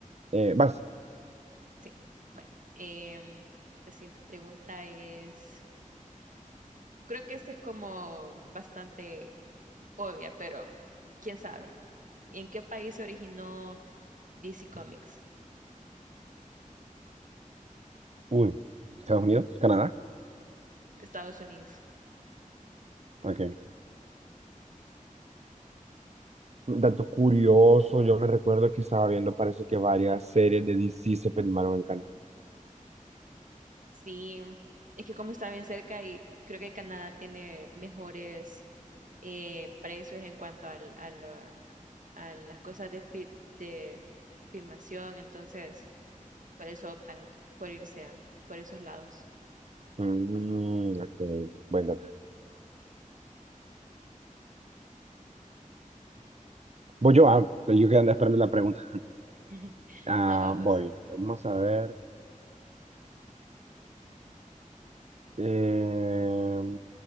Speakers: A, on the right (about 50°); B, on the right (about 70°).
A: eh, vas.
B: Sí. Bueno, em, la siguiente pregunta es, creo que esta es como bastante obvia, pero quién sabe. ¿En qué país se originó DC Comics?
A: Uy, Estados Unidos, Canadá.
B: Estados Unidos.
A: Ok. Dato curioso, yo me recuerdo que estaba viendo, parece que varias series de DC se filmaron en Canadá.
B: Sí, es que como está bien cerca y creo que Canadá tiene mejores eh, precios en cuanto al, a, lo- a las cosas de, fi- de filmación, entonces Por eso optan por irse a- por esos lados.
A: Mm, ok, buen dato. Voy yo, ah, yo quedando esperando la pregunta.
B: <laughs>
A: Ah,
B: No, va, pues.
A: voy, vamos a ver. eh,